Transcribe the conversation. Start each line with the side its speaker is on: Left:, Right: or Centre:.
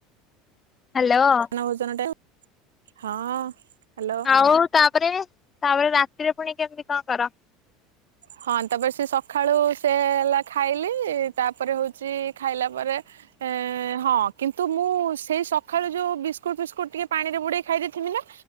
Left: ହ୍ୟାଲୋ
Right: <unintelligible> ଭୋଜନ ଟାଇ <unintelligible> ହଁ ହ୍ୟାଲୋ
Left: ଆଉ ତାପରେ, ତାପରେ ରାତିରେ ପୁଣି କେମିତି କଣ କର?
Right: ହଁ ତାପରେ, ସେ ସଖାଳୁ ସେ ହେଲା ଖାଇଲି, ତାପରେ ହଉଛି ଖାଇଲା ପରେ ଏ ହଁ କିନ୍ତୁ, ମୁଁ ସେଇ ସକାଳୁ ଯୋଉ ବିସ୍କୁଟ ଫିସ୍କୁଟ ଟିକେ ପାଣି ରେ ବୁଡେଇ ଖାଇ ଦେଇଥିଵିନା